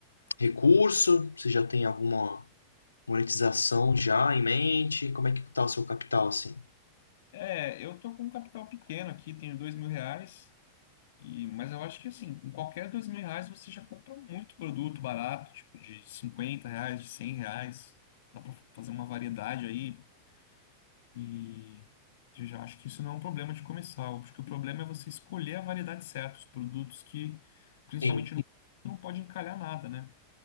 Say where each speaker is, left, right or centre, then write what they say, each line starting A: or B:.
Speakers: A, on the left; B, on the left.
A: recurso? Você já tem alguma monetização já em mente? Como é que está o seu capital, assim?
B: É, eu tô com um capital pequeno aqui, tenho dois mil reais. E, mas eu acho que assim, com qualquer dois mil reais você já compra muito produto barato, tipo de 50 reais, de 100 reais. Dá pra fazer uma variedade aí. E eu já acho que isso não é um problema de começar. Eu acho que o problema é você escolher a variedade certa, os produtos que, principalmente
A: Sim.
B: no não pode encalhar nada, né?